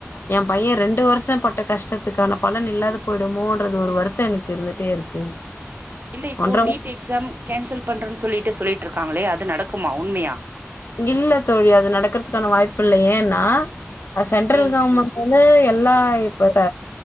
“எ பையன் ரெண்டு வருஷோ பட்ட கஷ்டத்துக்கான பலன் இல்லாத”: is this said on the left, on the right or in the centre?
Left